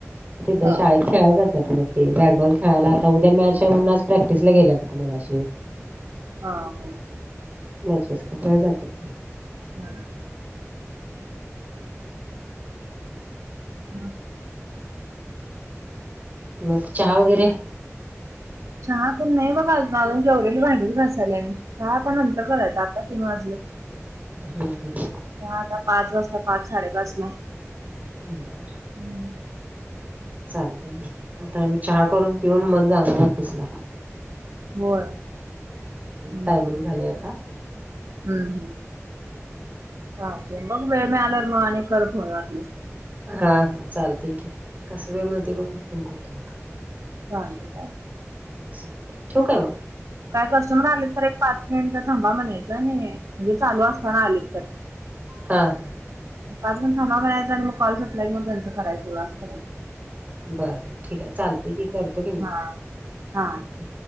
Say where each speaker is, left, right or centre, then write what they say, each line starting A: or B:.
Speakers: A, on the right (about 30°); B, on the right (about 75°).
A: तिथं
B: हो.
A: शाळेत खेळाला जात्यात मग. ते बॅटबॉल खेळायला आता उद्या मॅच हाय म्हणून आज प्रॅक्टिस ला गेल्यात मगशी
B: हां होतं.
A: मॅचेस खेळाय जातात ते
B: <inaudible> <inaudible>
A: मग चहा वगैरे?
B: चहा ते नाही बाबा अजून जेवरेली भांडीत घासायले मी, चहा आता नंतर करायचा आता तीन वाजले.
A: हम् हम....
B: ह आता पाच वाजता, पाच साडेपाच ला.
A: बर.....
B: हम्म.
A: चालतंय की, आता आम्ही चहा करून पिऊन मग जाणार ऑफिसला.
B: होय. हम्म
A: टायमिंग झालं आता.
B: हम्म हम्, चालतंय मग बग वेळ मिळाल्यावर मग आणि कर थोड्या वेळाने.
A: हा हा चालते की, कस वेळ मिळतो बघ फोन करतो.
B: चालते चालते.
A: चालतंय ठेवू का मग?
B: काय कस्टमर आले तर एक पाच मिनिट थांबा म्हणायचं आणि चालू असताना आले तर,
A: हा.
B: पाज मिनिट थांबा म्हणायचं आणि मग कॉल संपला मग त्यांचं करायचंज, असं करायचं.
A: बरबर ठीक आहे. चालतय की, करतो की मग
B: हा. हा.
A: ठीक